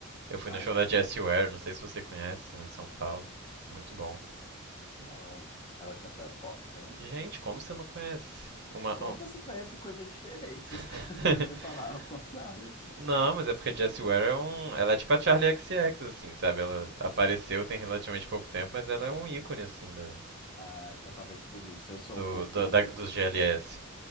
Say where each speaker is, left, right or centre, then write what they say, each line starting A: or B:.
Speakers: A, on the right; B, on the left.
A: Eu fui
B: Ah,
A: no show
B: eu
A: da
B: também.
A: Jessie Ware, não sei se você conhece, lá em São Paulo. Muito bom.
B: Não. Ela canta pop também?
A: Gente, como você não conhece? Uma.
B: Como
A: um-
B: você conhece coisas diferentes?
A: <laughs>
B: <laughs> Eu ia falar ao contrário aqui.
A: Não, mas é porque Jessie Ware é um. Ela é tipo a Charlie X X assim, sabe? Ela apareceu tem relativamente pouco tempo, mas ela é um ícone, assim, da,
B: Ah, então talvez por isso. Eu sou
A: do,
B: um pouco
A: do- da- dos
B: resistente
A: GLS.